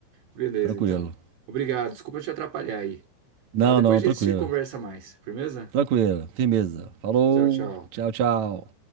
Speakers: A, on the right (about 75°); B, on the right (about 50°).
A: Beleza,
B: Tranquilo.
A: então. Obrigado. Desculpa te atrapalhar aí,
B: Não,
A: tá? Depois
B: não, tranquilo.
A: a gente se conversa mais. Firmeza?
B: Tranquilo, firmeza. Falou,
A: Tchau, tchau.
B: tchau, tchau.